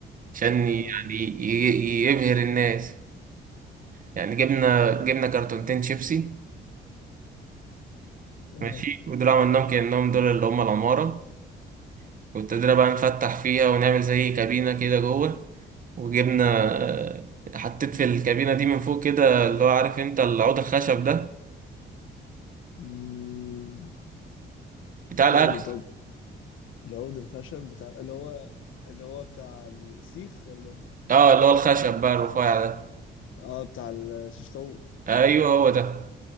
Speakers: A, on the right; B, on the left.
A: عشان
B: اه
A: يعني ي- يبهر الناس يعني جبنا جبنا كرتونتين شيبسي
B: اه
A: ماشي ودول عملناهم كأنهم دول اللي هم العمارة وابتدينا بقى نفتح فيها ونعمل زي كابينة كده جوه وجبنا آه، حطيت في الكابينة دي من فوق كده اللي هو عارف انت العود الخشب ده
B: مم.
A: بتاع الأكل
B: كمل طب العود الخشب بتاع اللي هو اللي هو بتاع السيخ ولا ايه
A: اه اللي هو الخشب بقى الرفيع ده
B: اه بتاع الشيش طاووق
A: ايوه هو ده